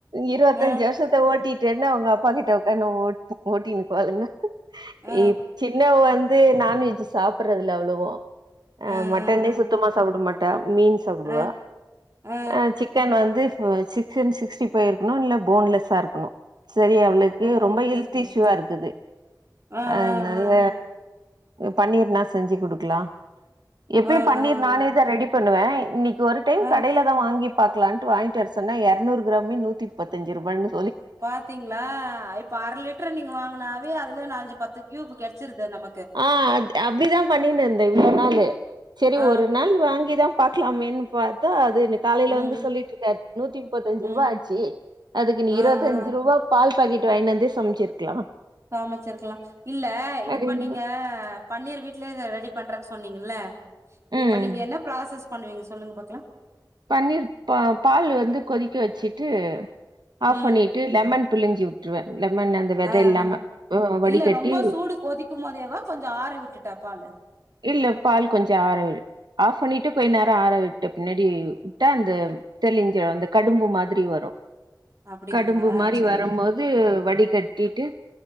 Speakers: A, on the right; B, on the right.
A: இருவத்தஞ்சு
B: ஆ
A: வருஷத்த ஓட்டிட் என்ன அவங்க அப்பா கிட்ட உக்காந்து ஓட் ஓட்டின்னுருப்பாளுங்க
B: ஆ
A: இ சின்னவ வந்து நான்வெஜ்ஜி சாப்டுறதுல்ல அவ்ளோவா
B: ஆ
A: அஹ்
B: ஆ
A: மட்டனே
B: ஆ
A: சுத்தமா சாப்ட மாட் மீன் சாப்பிடுவா
B: ஆ ஆ ஆ
A: ஆஹ் சிக்கன் வந்து ப்ப சிக்கன் சிக்ஸ்டி பைவ் இருக்கணு. இல்ல, போன்லெஸ்ஸா இருக்கணு செரி அவ்ளுக்கு
B: ஓ
A: ரொம்ப
B: ஓகே
A: ஹெல்த்
B: ஓகே
A: இஷ்யூவா
B: ஓகே
A: இருக்குது
B: ஆ
A: அதனால
B: ஆ ஆ
A: பன்னீர்னா செஞ்சு குடுக்கலா எப்பயும்
B: ஆ ஆ ஆ
A: பன்னீர் நானே தா ரெடி பண்ணுவே இன்னிக் கு ஒரு டைம்
B: ஆ
A: கடையில தா வாங்கி பாக்குலான்ட்டு வாங்கிட்ட வர சொன்னா இருநூறு கிராமே நூத்தி முப்பத்தெஞ்சி ரூபான்னு
B: பாத்தீங்ளா இப்ப அர லிட்டரு நீங்க வாங்கனாவே அதுல நாலஞ்சு பத்து கியூப் கெடைச்சிருது நம்ம
A: ஆஹ் அ அப்டிதா பண்ணிருனுந்த இவ்ளோ நாளு செரி
B: ஆ
A: ஒரு நாள் வாங்கிதா பாக்கலாமேன்னு பாத்தா அ து காலையில
B: ம்
A: வந்து சொல்லிட்டு இருக்காரு நூத்தி முப்பத்தஞ்சு
B: ம்
A: ரூபா ஆச்சு அதுக்கு நீ
B: ஆ
A: இருபத்திஞ்சு
B: ஆ
A: ரூபா பால் பாக்கெட் ரெண்டு வாங்கின்னு வந்தே சமைச்சிருக்கலா
B: சமைச்சிருக்கலா இல்ல
A: அப்படின்னு.
B: இப்ப நீங்க பன்னீர் வீட்டுலயே ரெடி பண்றேன்னு சொன்னீங்கல்ல
A: ம்.
B: இப்ப நீங்க என்ன ப்ராசஸ் பண்ணுவீங்க சொல்லுங்க பாக்கலா
A: பன்னீர் பா பால் வந்து கொதிக்க வச்சிட்டு ஆஃப்
B: ம்
A: பண்ணிட்டு லெமன் புழிஞ்சி விட்டுருவே லெமன் அந்த வெத
B: ஆ
A: இல்லாம
B: ஆ
A: அஹ் வடிகட்டி
B: இல்ல ரொம்ப சூடு கொதிக்கும் போதேவா கொஞ்சோ ஆற விட்டுட்டா பாலு
A: இல்ல பால் கொஞ்சம் ஆர விடு ஆஃப் பண்ணிட்டு கொஞ்ச நேர ஆர விட்ட பின்னாடி விட்டா அந்த தெளிஞ்சிட அந்த கடும்பு மாத்ரி வரும்
B: அப்டிங்களா
A: கடும்பு மாரி
B: சேரி
A: வரும்போது வடிகட்டிட்டு